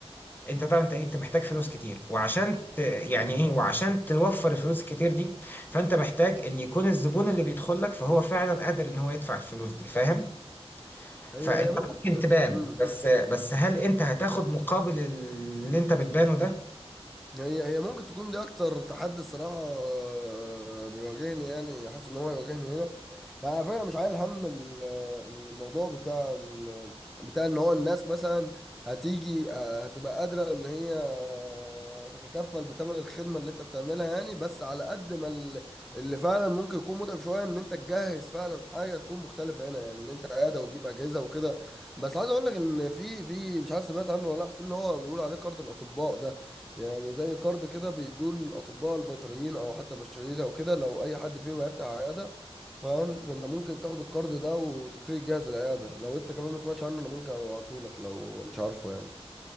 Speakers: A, on the left (about 20°); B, in the centre.
A: انت طبعا انت إيه؟ انت محتاج فلوس كتير وعشان ت... يعني ايه وعشان توفر الفلوس الكتير دي فانت محتاج ان يكون الزبون اللي بيدخل لك فهو فعلا قادر ان هو يدفع الفلوس دي فاهم
B: هي
A: فانت
B: هي ممكن
A: ممكن تبان
B: مم.
A: بس بس هل انت هتاخد مقابل اللي انت بتبانه ده
B: هي هي ممكن تكون دي اكتر تحدي الصراحه آه، بيواجهني يعني حاسس ان هو يواجهني هنا يعني على فكرة أنا مش عايل هم ال- الموضوع بتاع ال- بتاع ان هو الناس مثلا هتيجي آه، هتبقى قادرة ان هي آه، تتكفل بثمن الخدمة اللي انت بتعملها يعني بس على قد ما ال- اللي فعلا ممكن يكون متعب شوية ان انت تجهز فعلا حاجة تكون مختلفة هنا يعني ان انت قاعدة وتجيب اجهزة وكده بس عايز اقول لك ان في في مش عارف سمعت عنه ولا لا في اللي هو بيقول عليه كارد الاطباء ده يعني زي كارد كده بيدوه للاطباء البيطريين او حتى البشريين او كده لو اي حد فيهم هيفتح عيادة فاهم فانت ممكن تاخد الكارد ده وتبتدي تجهز العياده لو انت كمان ما سمعتش عنه انا ممكن ابعته لك لو مش عارفه يعني